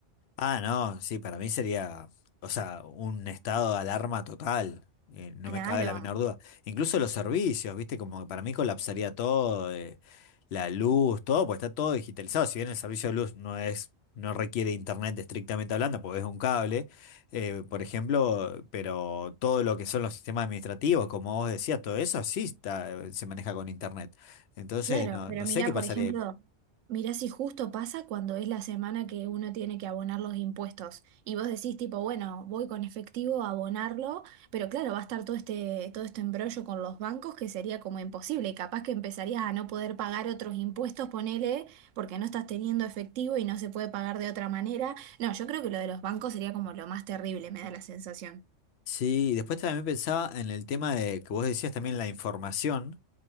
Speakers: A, on the left (about 65°); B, on the right (about 80°).
A: Ah, no, sí, para mí sería, o sea, un estado de alarma total, eh, no
B: Claro.
A: me cabe la menor duda. Incluso los servicios, viste, como que para mí colapsaría todo, eh, la luz, todo, pues está todo digitalizado. Si bien el servicio de luz no es, no requiere internet estrictamente hablando, porque es un cable, eh, por ejemplo, pero todo lo que son los sistemas administrativos, como vos decías, todo eso sí está, se maneja con internet. Entonces,
B: Claro,
A: no,
B: pero
A: no
B: mirá,
A: sé qué pasaría.
B: por ejemplo, mirá si justo pasa cuando es la semana que uno tiene que abonar los impuestos y vos decís tipo, bueno, voy con efectivo a abonarlo, pero claro, va a estar todo este, todo este embrollo con los bancos que sería como imposible y capaz que empezarías a no poder pagar otros impuestos, ponele, porque no estás teniendo efectivo y no se puede pagar de otra manera. No, yo creo que lo de los bancos sería como lo más terrible, me da la sensación.
A: Sí, y después también pensaba en el tema de que vos decías también la información,